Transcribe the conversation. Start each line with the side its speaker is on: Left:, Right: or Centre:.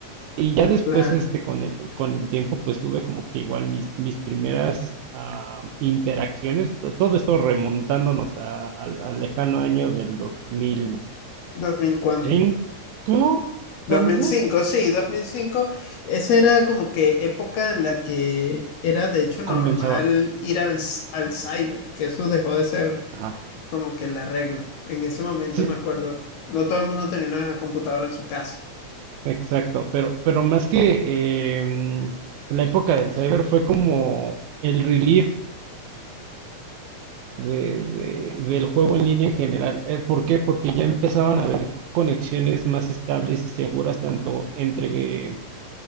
Right: Y ya después,
Left: Claro.
Right: este, con el, con el tiempo, pues tuve como que igual mis, mis primeras ah, interacciones, to- todo esto remontándonos a- al al lejano año del dos mil
Left: dos mil cuándo?
Right: cinco
Left: dos
Right: tal
Left: mil
Right: vez,
Left: cinco sí, dos mil cinco Esa era como que época en la que era de hecho normal
Right: comenzaba.
Left: ir al, c- al cyber, que eso dejó de ser
Right: Ajá,
Left: como que la regla. En ese momento
Right: sí,
Left: me acuerdo, no todo el mundo tenía una computadora en su casa.
Right: exacto, pero, pero más que em, la época del cyber fue como el relief de- de- del juego en línea en general. Eh, ¿por qué? Porque ya empezaban a haber conexiones más estables y seguras tanto entre,